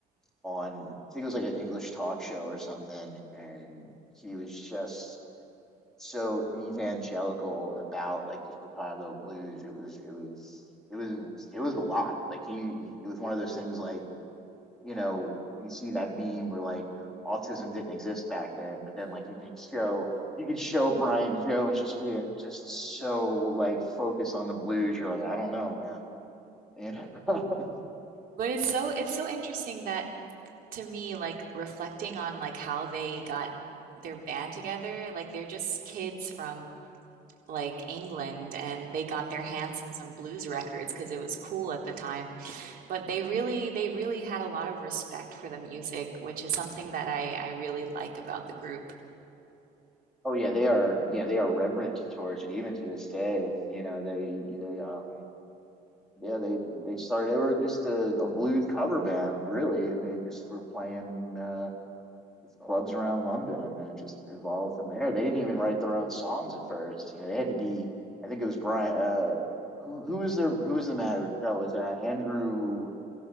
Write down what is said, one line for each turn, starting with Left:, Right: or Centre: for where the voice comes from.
Centre: on I think it was like an English talk show or something, and he was just so evangelical about like the Chicago blues. It was it was it was it was a lot. Like he, it was one of those things like you know, you see that meme where like autism didn't exist back then, but then like you can show you can show Brian Jones just being just so like focused on the blues. You're like, I don't know, man. You know? <laughs>
Right: But it's so it's so interesting that to me, like reflecting on like how they got their band together, like they're just kids from like England and they got their hands on some blues records because it was cool at the time. but they really they really had a lot of respect for the music, which is something that I I really like about the group.
Centre: Oh yeah, they are yeah, they are reverent towards it even to this day. You know, they they um yeah, they they started they were just a, a blues cover band really and they just were playing uh just clubs around London, and then it just evolved from there. They didn't even write their own songs at first. You know, they had to be. I think it was Brian. Uh, who who was their who was the manager? No, it was uh, Andrew.